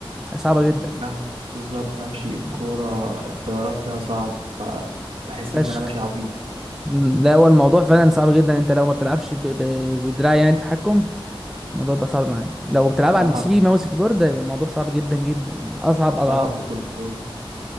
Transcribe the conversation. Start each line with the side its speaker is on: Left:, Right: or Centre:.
Centre: صعبة جدا
Right: ب- بالظبط بمشي الكورة
Centre: مم.
Right: الطيران فيها صعب فبحس
Centre: فشخ
Right: ان انا ماشي عبيط
Centre: مم. لا هو الموضوع فعلا صعب جدا انت لو ما بتلعبش ب... ب... بدراع يعني تحكم الموضوع بيبقى صعب معاك لو بتلعب
Right: بلعب
Centre: على البي سي ماوس كيبورد هيبقى الموضوع صعب جدا جدا اصعب اضعاف
Right: بلعب بكنترول